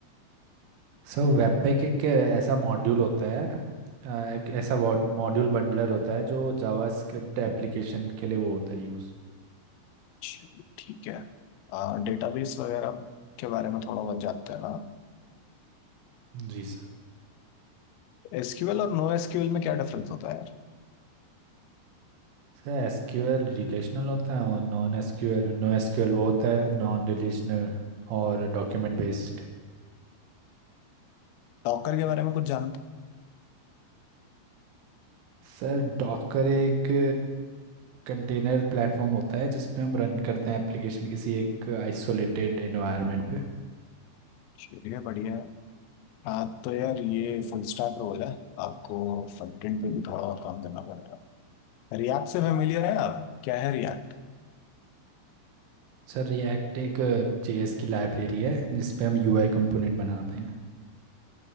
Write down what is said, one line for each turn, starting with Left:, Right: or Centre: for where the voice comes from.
Right: सो वेबपैक एक ऐसा मॉड्यूल होता है अ, एक ऐसा मॉड्यूल बंडलर होता है जो जावास्क्रिप्ट एप्लीकेशन के लिए वो होता है यूज़
Left: चलिए ठीक है डेटाबेस वगैरह के बारे में थोड़ा बहुत जानते हैं ना
Right: जी सर
Left: एसक्यूएल और नो एसक्यूएल में क्या डिफरेंस होता है यार
Right: सर एसक्यूएल रिलेशनल होता है और नॉन एसक्यूएल नो एसक्यूएल वो होता है नॉन रिलेशनल और डॉक्यूमेंट बेस्ड
Left: डॉकर के बारे में कुछ जानते हो?
Right: सर डॉकर एक कंटेनर प्लेटफॉर्म होता है जिसपे हम रन करते हैं एप्लीकेशन किसी एक आइसोलेटेड एनवायरनमेंट पे
Left: चलिए बढ़िया है। हाँ तो यार ये फुल स्टैक रोल है आपको फ्रंट एंड पे भी थोड़ा और काम करना पड़ेगा रिएक्ट से फेमिलियर है आप क्या है रिएक्ट
Right: सर रिएक्ट एक जेएस की लाइब्रेरी है जिसपे हम यूआई कंपोनेंट बनाते हैं